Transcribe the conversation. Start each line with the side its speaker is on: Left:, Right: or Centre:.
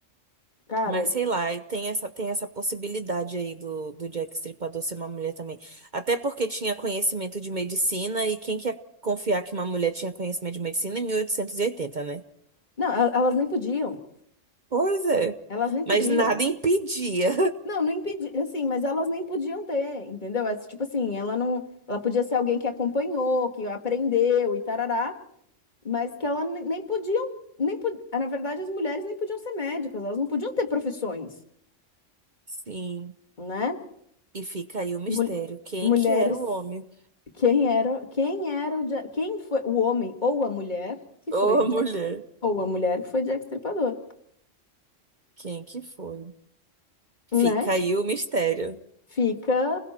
Left: Cara,
Right: Mas sei lá, e tem essa, tem essa possibilidade aí do, do Jack Stripador ser uma mulher também. Até porque tinha conhecimento de medicina, e quem quer confiar que uma mulher tinha conhecimento de medicina em 1880, né?
Left: não, el- elas nem podiam,
Right: Pois é.
Left: elas nem podiam.
Right: Mas nada impedia.
Left: Não, não impedi, assim, mas elas nem podiam ter, entendeu? É tipo assim, ela não, ela podia ser alguém que acompanhou, que aprendeu e tarará. mas que ela ne- nem podiam, nem po- na verdade as mulheres nem podiam ser médicas, elas não podiam ter profissões,
Right: <laughs> Sim.
Left: né?
Right: E fica aí o mistério.
Left: Mul-
Right: Quem
Left: mulheres,
Right: que era o homem?
Left: quem era, quem era o, Ja- quem foi o homem ou a mulher que
Right: Ou
Left: foi o
Right: a mulher?
Left: Jack, ou a mulher que foi Jack Stripador
Right: Quem que foi?
Left: né?
Right: Fica aí o mistério.
Left: Fica,